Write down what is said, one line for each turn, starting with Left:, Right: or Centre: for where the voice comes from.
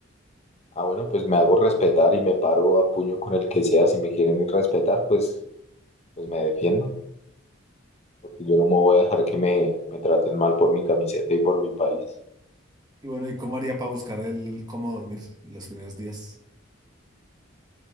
Left: Ah, bueno, pues me hago respetar y me paro a puño con el que sea. Si me quieren ir respetar, pues, pues me defiendo, porque yo no me voy a dejar que me, me traten mal por mi camiseta y por mi país.
Right: Y bueno, ¿y cómo haría para buscar el cómo dormir los primeros días?